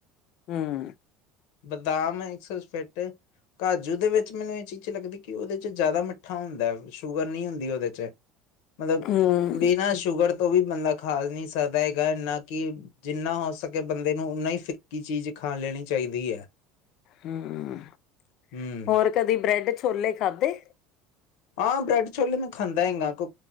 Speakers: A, on the left; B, on the left.
A: ਹਮ।
B: ਬਦਾਮ ਐ ਇੱਕ <unintelligible> ਕਾਜੂ ਦੇ ਵਿੱਚ ਮੈਨੂੰ ਏਹ ਚੀਜ ਲੱਗਦੀ, ਕਿ ਓਦੇ ਚ ਜਾਦਾ ਮਿੱਠਾ ਹੁੰਦਾ ਐ ਸ਼ੂਗਰ ਨਈ ਹੁੰਦੀ ਓਦੇ ਚ, ਮਤਲਬ
A: ਹੂੰ,
B: ਬਿਨਾਂ ਸ਼ੂਗਰ ਤੋਂ ਵੀ ਬੰਦਾ ਖਾ ਨੀ ਸਕਦਾ ਹੈਗਾ ਇੰਨਾ ਕਿ ਜਿੰਨਾ, ਹੋ ਸਕੇ ਬੰਦੇ ਨੂੰ ਓਨਾ ਈ ਫਿੱਕੀ ਚੀਜ ਖਾ ਲੈਣੀ ਚਾਈਦੀ ਐ।
A: ਹਮ,
B: ਹਮ
A: ਹੋਰ ਕਦੀ ਬ੍ਰੈਡ ਛੋਲੇ ਖਾਧੇ?
B: ਹਾਂ, ਬ੍ਰੈਡ ਛੋਲੇ ਮੈਂ ਖਾਂਦਾ ਹੈੰਗਾ ਕੋ